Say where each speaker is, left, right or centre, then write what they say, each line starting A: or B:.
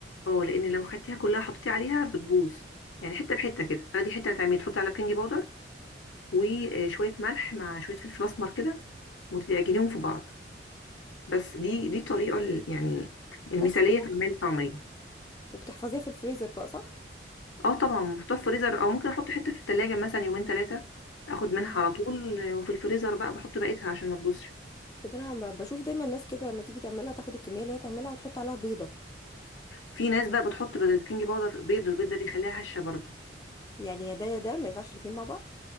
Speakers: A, on the left (about 80°); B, on the left (about 20°).
A: اه لان لو خدتيها كلها حطيتي عليها بتبوظ يعني حته بحته كده تاخدي حته هتعملي تحطي على بيكنج باودر وشويه ملح مع شويه فلفل اسمر كده وتعجنيهم في بعض بس دي دي الطريقه ال- يعني المثاليه
B: بس كده
A: في عمل الطعميه
B: وبتحفظيها في الفريزر بقى صح
A: اه طبعا محطوطه في الفريزر او ممكن احط حته في التلاجة مثلا يومين ثلاثه اخد منها على طول وفي الفريزر بقى بحط بقيتها عشان ما تبوظش
B: طب انا ب- بشوف دايما الناس كده لما تيجي تعملها تاخد الكميه اللي هي تعملها وتحط عليها بيضه
A: في ناس بقى بتحط بدل البيكنج باودر بيض والبيض ده بيخليها هشه برضو
B: يعني يا ده يا ده ما ينفعش الاتنين مع بعض